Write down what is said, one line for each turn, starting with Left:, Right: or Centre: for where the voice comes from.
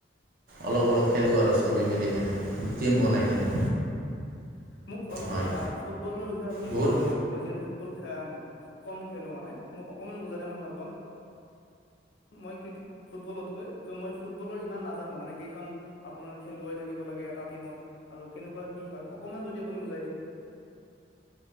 Right: অলপ অলপ খেলোঁ আৰু চবে মিলি কিনে টিম বনাই কিনে।
Left: মোক অলপ
Right: হয়
Left: আহ' ফুটবলৰ বিষয়ে আপুনি
Right: বহুত
Left: বুজাব নেকি, মই যিহেতু - ফুটবল খেল খুব কম খেলো মানে, মোক অকণমান বুজালে মই ভাল পাম। মই ক্ৰিকেট ফুটবলতকৈ, ত' মই ফুটবলৰ ইমান নাজানোঁ মানে কেইজন আপোনাৰ খেলুৱৈ থাকিব লাগে, এটা টিমত। আৰু কেনেকুৱা কি হয়, অকমান যদি আপুনি বুজাই দিয়ে।